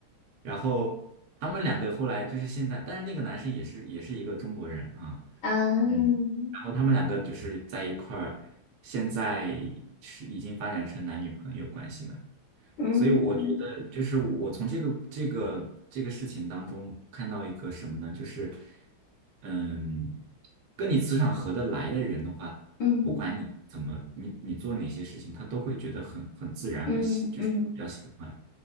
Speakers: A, on the right (about 85°); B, on the left (about 60°).
A: 然后他们两个后来就是现在，但是那个男生也是也是一个中国人啊，
B: 嗯
A: 嗯，然后他们两个就是在一块儿，现在是已经发展成男女朋友关系了。
B: 嗯
A: 所以我觉得，就是我从这个这个这个事情当中看到一个什么呢？就是，嗯，跟你磁场合得来的人的话，
B: 嗯
A: 不管你怎么，你你做哪些事情，他都会觉得很很自然，
B: 嗯嗯
A: 很喜，就是比较喜欢。